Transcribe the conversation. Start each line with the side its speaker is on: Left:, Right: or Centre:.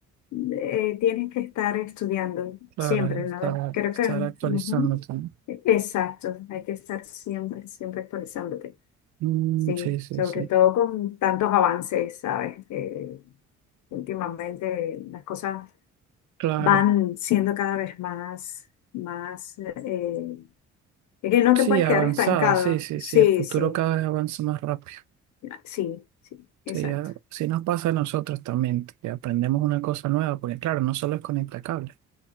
Left: eh, tienes que estar estudiando,
Right: claro,
Left: siempre,
Right: estar,
Left: ¿no? Creo
Right: estar
Left: que...
Right: actualizándote.
Left: ujú.
Right: ¿no?
Left: Exacto, hay que estar siempre, siempre actualizándote.
Right: Mm,
Left: Sí,
Right: sí, sí,
Left: sobre
Right: sí.
Left: todo con tantos avances, ¿sabes? Eh, últimamente las cosas
Right: Claro.
Left: van siendo cada vez más, más, eh, es que no
Right: Sí,
Left: te puedes
Right: avanzada,
Left: quedar estancado.
Right: sí, sí,
Left: Sí,
Right: sí, el futuro
Left: sí,
Right: cada vez avanza más rápido.
Left: sí, sí, exacto.
Right: Sí, ya- sí nos pasa a nosotros también, que aprendemos una cosa nueva, porque claro, no solo es conectar cables,